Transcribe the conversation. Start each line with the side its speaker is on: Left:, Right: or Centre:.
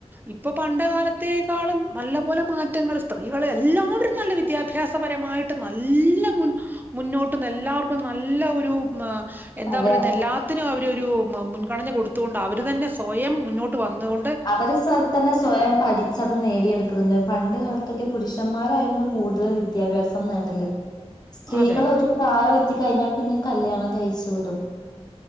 Right: ഇപ്പൊ പണ്ട കാലത്തേക്കാളും നല്ല പോോലെ മാറ്റങ്ങൾ സ്ത്രീകൾ എല്ലാവരും നല്ല വിദ്യാഭ്യാസപരമായിട്ട് നല്ല മുന്നോട്ട് എല്ലാവർക്കും നല്ല ഒരു എന്താ
Left: അതെ
Right: പറയുന്ന എല്ലാത്തിനും അവര്രു മുൻഗണന കൊടുത്തുകൊണ്ട് അവര് തന്നെ കോയം മുന്നോട്ട് വന്നുകൊണ്ട്
Left: അവര് സ് തന്നെ സ്വയം പഠിച്ചത് നേടിയെടുക്കുന്നുണ്ട് പണ്ട് കാലത്തൊക്കെ പുരുഷന്മാരായിരുന്നു കൂടുതൽ വിദ്യാഭ്യാസം നേടല് സ്ത്രീകൾ
Right: അതെ അതെ
Left: ഒരു പ്രായം എ എത്തി കഴിഞ്ഞാൽ പിന്നെ കല്യാണം കഴിച്ചു വിടും